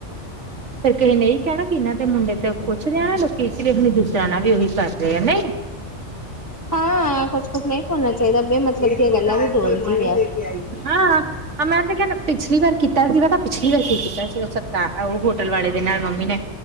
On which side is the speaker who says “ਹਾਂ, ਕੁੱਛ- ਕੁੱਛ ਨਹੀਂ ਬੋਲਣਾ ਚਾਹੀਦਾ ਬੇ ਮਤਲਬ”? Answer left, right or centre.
Left